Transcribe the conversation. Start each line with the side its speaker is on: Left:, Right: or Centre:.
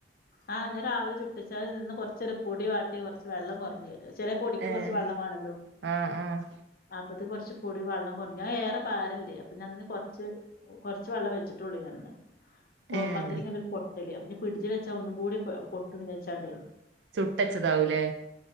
Left: ആ ഞാൻ രാവിലെ ചുട്ടച്ച അഹ് ഇന്നൊരു പൊടി വട്ടി കുറച്ച് വെള്ളം കുറഞ് ചെല പൊടിക്ക്
Right: ഏഹ്
Left: കുറച്ച് വെള്ളംമാണല്ലോ
Right: ആഹ് ആഹ്
Left: അപ്പത് കൊറച്ച് പൊടി വെള്ളം കുറഞ് ഞാൻ ഏറെ പാരല്ലേ പ്പൊ ഞന്ന് കുറച്ച് കുറച്ച് വെള്ളം വെച്ചിട്ട്ള്ളിന്ന്. പ
Right: ഏഹ്
Left: പത്തിരി ഇങ്ങനെരു പൊട്ടല ഈ ഫ്രിഡ്ജിൽ വെച്ചാ ഒന്നും കൂടി പൊട്ട വെച്ച് കണ്ടേ
Right: ചുട്ടച്ചതാവൂലേ.